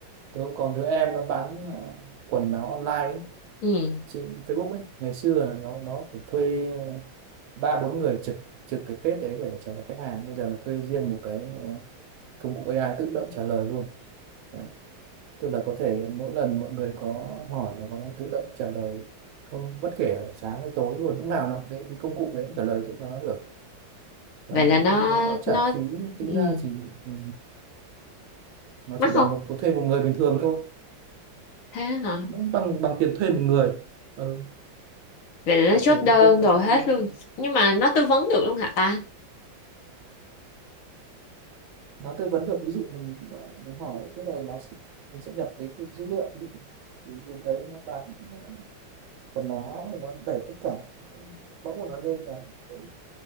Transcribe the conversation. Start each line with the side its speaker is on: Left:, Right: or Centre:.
Right: tôi cũng còn đứa em nó bán à, quần áo online ấy,
Left: ừ.
Right: trên Facebook ấy ngày xưa là nó nó phải thuê ba bốn người trực trực cái page đấy để trả lời khách hàng bây giờ là thuê riêng một cái à, công cụ AI tự động trả lời luôn Đấy. tức là có thể mỗi lần mọi người có hỏi là nó tự động trả lời không bất kể là sáng hay tối luôn lúc nào nó cái, cái công cụ đấy cũng trả lời giúp nó được và
Left: vậy
Right: nó
Left: là nó
Right: nó nó trả
Left: nó
Right: phí tính
Left: ừ.
Right: ra chỉ ừ, nó
Left: mắc
Right: chỉ bằng
Left: không
Right: một thuê một người bình thường thôi
Left: thế hả
Right: nó bằng bằng tiền thuê một người ừ,
Left: vậy là
Right: giả
Left: nó chốt
Right: sử
Left: đơn
Right: lưng là
Left: đồ
Right: sao
Left: hết
Right: lưng
Left: luôn nhưng mà nó tư vấn được luôn hả ta
Right: nó tư vấn được ví dụ mình ờ, mình hỏi tức là nó sẽ- mình sẽ nhập cái, cái dữ liệu ví dụ thì bên đấy nó bán ờ, quần áo nó đẩy tất cả bóc của nó lên và cái